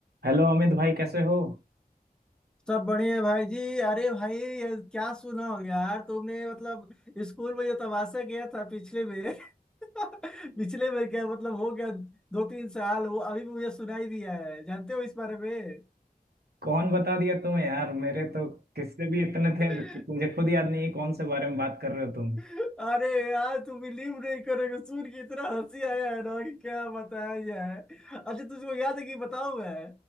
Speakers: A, on the right; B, in the centre.
A: Hello Amit भाई कैसे हो
B: सब बढ़िया है भाई जी अरे भाई ये क्या सुना हो यार तुमने मतलब स्कूल में जो तमाशा किया था पिछले में <laughs> पिछले में क्या मतलब हो गया दो तीन साल वो अभी भी मुझे सुनाई दिया है जानते हो इस बारे में
A: कौन बता दिया तुम्हें यार मेरे तो किससे भी इतने थे
B: <laughs>
A: कि मुझे खुद याद नहीं है कौन से बारे में बात कर रहे हो तुम
B: अरे यार तुम बिलीव नहीं करोगे सुन के इतना हंसी आया है ना कि क्या बताया जाए अच्छा तुझको याद है कि बताओ मैं